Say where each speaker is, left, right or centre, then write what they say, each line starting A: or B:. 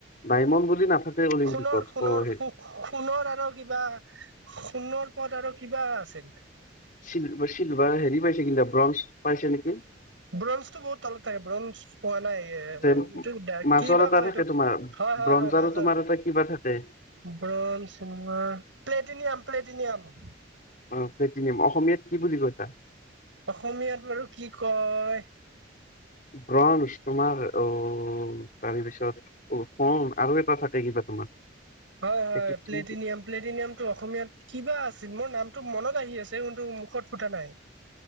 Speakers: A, on the left; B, on the right.
A: ডায়মণ্ড বুলি নাথাকে অলিম্পিকত
B: সোণৰ সোণৰ
A: <unintelligible>
B: সোণৰ আৰু কিবা সোণৰ পদ আৰু কিবা আছে।
A: চিলভা-চিলভাৰ হেৰি পাইছে, কিন্তু ব্ৰঞ্জ পাইছে নেকি!
B: ব্ৰঞ্জ টো বহুত তলত থাকে, ব্ৰঞ্জ পোৱা নাই। এ, <unintelligible>
A: যে মাজৰ
B: কিবা
A: এটা
B: কয়
A: থাকে
B: এইটোক,
A: তোমাৰ
B: হয়, হয়,
A: ব্ৰঞ্জ
B: হয়,
A: আৰু
B: মাজত।
A: তোমাৰ এটা কিবা থাকে
B: ব্ৰঞ্জ, চিলভাৰ, প্লেটিনিয়াম, প্লেটিনিয়াম।
A: অঁ, প্লেটিনিয়াম অসমীয়াত কি বুলি কৈছা?
B: অসমীয়াত বাৰু কি কয়!
A: ব্ৰঞ্জ, তোমাৰ অ, তাৰে পিছত অ, আৰু এটা থাকে কিবা, তোমাৰ
B: হয়, হয়,
A: এইটো কি
B: প্লেটিনিয়াম প্লেটিনিয়ামটো অসমীয়াত কিবা আছিল মোৰ নামটো মনত আহি আছে কিন্তু মুখত ফুটা নাই।